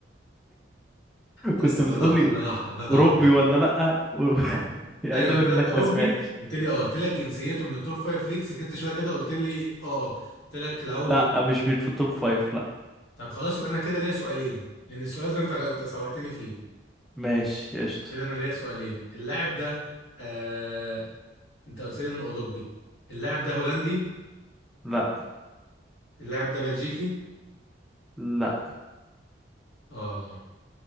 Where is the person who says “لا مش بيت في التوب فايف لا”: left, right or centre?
Centre